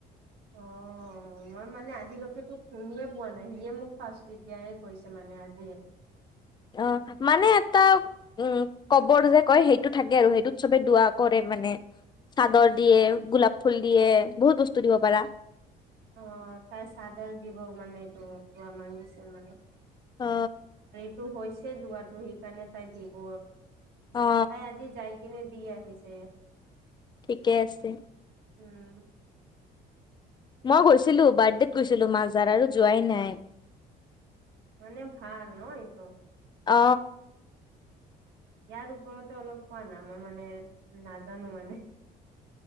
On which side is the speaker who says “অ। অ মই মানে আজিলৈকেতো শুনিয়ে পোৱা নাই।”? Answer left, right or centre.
Right